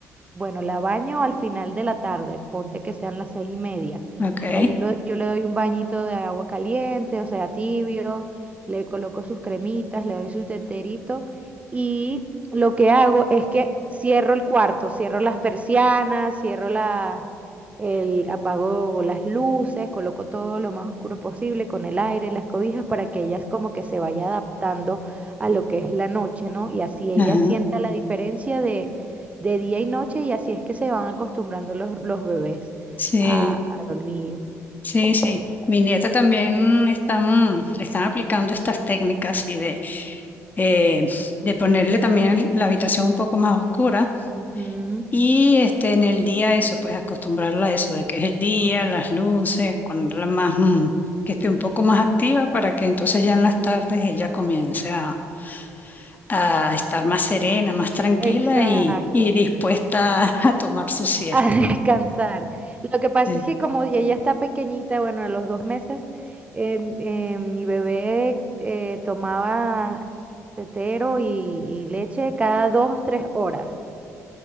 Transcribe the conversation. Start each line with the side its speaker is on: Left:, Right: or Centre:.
Right: bueno, la baño al final de la tarde, ponte que sean las seis y media.
Left: Ok.
Right: Allí lo- yo le doy un bañito de agua caliente, o sea, tibio, le coloco sus cremitas, le doy su teterito y lo que hago es que cierro el cuarto, cierro las persianas, cierro las, el, apago las luces, coloco todo lo más oscuro posible con el aire, las cobijas para que ellas como que se vaya adaptando a lo que es la noche, ¿no? Y así ella
Left: Ajá.
Right: sienta la diferencia de día y noche y así es que se van acostumbrando los, los bebés
Left: Sí.
Right: a, a dormir.
Left: Sí, sí. Mi nieta también están, le están aplicando estas técnicas y de, eh, de ponerle también el- la habitación un poco más oscura
Right: Ujú.
Left: y este, en el día eso, pues acostumbrarla a eso, de que es el día, las luces, ponerla más, mm, que esté un poco más activa para que entonces ya en las tardes ella comience a, a estar más serena, más tranquila
Right: Exacto,
Left: y, y dispuesta <laughs> a tomar su
Right: <laughs>
Left: siesta.
Right: a descansar. Lo que pasa
Left: Sí.
Right: es que como ella ya está pequeñita, bueno, a los dos meses, eh, eh, mi bebé eh, tomaba tetero y, y leche cada dos, tres horas.